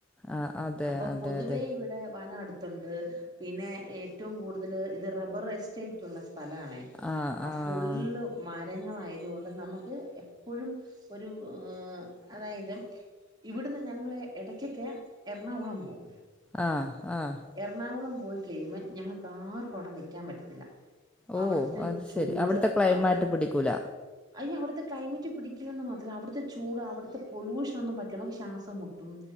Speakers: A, in the centre; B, on the right.
A: ആഹ് അതെ
B: അപ്പം
A: അതെ
B: പൊതുവേ
A: അതെ
B: ഇവിടെ വനം അട് ത്ത്ണ്ട് പിന്നെ ഏറ്റവും കൂടുതല് ഇത് റബെറ് വെച്ച് ചെയ്റ്റുള്ള സ്ഥലാണെ
A: ആഹ്
B: അ
A: ആഹ്
B: ഫുള്ള് മരങ്ങളായതുകൊണ്ട് നമ്ക്ക് എപ്പഴും ഒരു ആഹ് അതായത് ഇവിടുന്ന് ഞങ്ങള് എടെക്കെക്കെ എറണാകുളം പോവും
A: ആഹ് ആഹ്
B: എറണാകുളം പോയി കഴിയുമ്പം ഞങ്ങക്കാർക്കും അവിടെ നിയ്ക്കാൻ പറ്റത്തില്ലാ
A: ഓ
B: അവിട്ത്തെ
A: അത്
B: ചൂട്
A: ശരി അവിടുത്തെ ക്ലൈമാറ്റ്
B: അവിട്
A: പിടിക്കൂല
B: അയ്യോ അവിട്ത്തെ ക്ലൈമെറ്റ് പിടിക്കില്ലെന്ന് മാത്രല്ല അവിട്ത്തെ ചൂട് അവിട്ത്തെ പൊലൂഷനാെന്നും പറ്റ നമക്ക് ശാസം മു ട്ടും